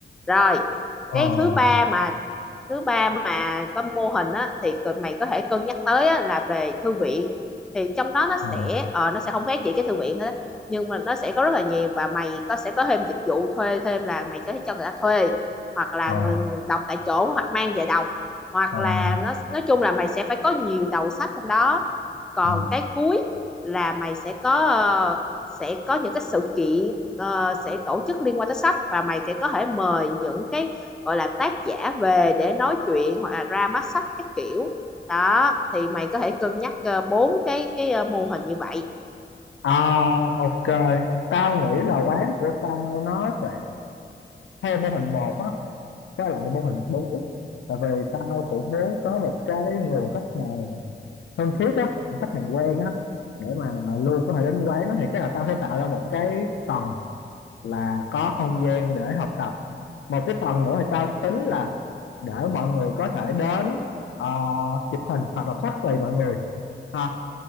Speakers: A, in the centre; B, on the left.
A: rồi
B: ờ
A: cái thứ ba mà thứ ba mà có mô hình á thì mày có thể cân nhắc tới á, là về thư viện thì trong đó nó
B: ờ
A: sẽ ờ, nó sẽ không khác gì cái thư viện hết á. nhưng mà nó sẽ có rất là nhiều và mày có sẽ có thêm dịch vụ thuê thêm là mày có thể cho người ta thuê hoặc là
B: ờ
A: người đọc tại chỗ hoặc mang về đọc hoặc
B: Ờ,
A: là
B: ờ.
A: nó nói chung là mày sẽ phải có nhiều đầu sách trong đó còn
B: ờ.
A: cái cuối là mày sẽ có ờ, sẽ có những cái sự kiện ờ, sẽ tổ chức liên quan tới sách và mày sẽ có thể mời những cái gọi là tác giả về để nói chuyện hoặc là ra mắt sách các kiểu đó thì mày có thể cân nhắc ờ, bốn cái cái ờ, mô hình như vậy
B: À, ok tao nghĩ là quán của tao nó sẽ theo mô hình một á với lại mô hình bốn tại vì tao cũng muốn có một cái nguồn khách hàng thân thiết á một khách hàng quen á để mà luôn có thể đến quán đó thì chắc là tao sẽ tạo ra một cái tầng là có không gian để học tập một cái tầng nữa thì tao tính là để mọi người có thể đến ờ, chụp hình hoặc đọc sách tùy mọi người À,